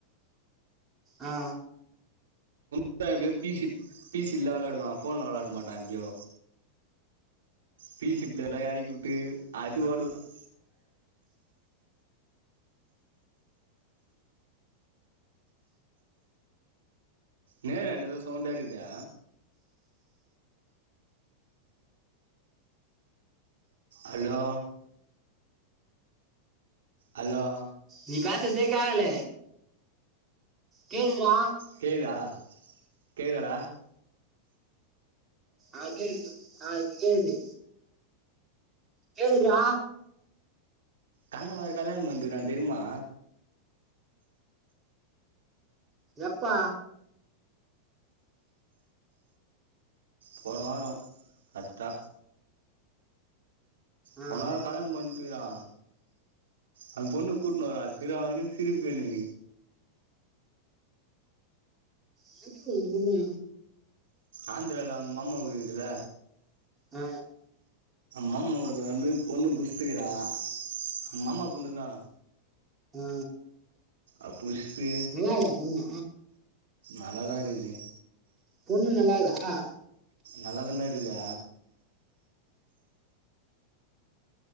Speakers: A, on the right (about 25°); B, on the right (about 65°).
A: ஆ
B: இப்பக்கு பிசி பிசி ல்ல வெளாடுவான் ஃபோன்ல வெளாட மாட்டான் எப்டியோ பீசிப்ள்ள எல்லா எறக்கி வுட்டு அது ஓடவுட்ம்னும் நேர என்னது சவுண்டாருக்தா அலோ அலோ
A: நீ பேஸ்றதே கேகல கேம்மா
B: கேக்குதா கேக்குதாட
A: ஆ கேக்குது ஆ இப்போ கேக்குது கேக்குதுறா
B: கண்ணே வேற கல்யாணோ பண்ணிட்டுயிருக்குறா தெரியுமா
A: எப்ப
B: போன வாரோ பத்தா
A: ஆ
B: போன வாரோ கல்யாணோ பண் ட்டுருக்கா அந்த பொண்ணு கூட்டு வரா சரியான சிரிப்பு எனக்கு
A: அதுக்கு ஒரு பொண்ணா
B: ஆந்ரால அவுங்க மாமா ஊரு இருக்குதுல
A: அ
B: மாமா ஊருலா வந்து பொண்ணு புடிச்சிட்டு இருக்குற மாமா பொண்ணுதா
A: ஆ
B: அப்புஸ்ட்டு
A: முனாவ்தா பொண்ணு
B: நல்லாதா இருக்து
A: பொண்ணு நல்லாக்குதா
B: நல்லாதான்ட இருக்குது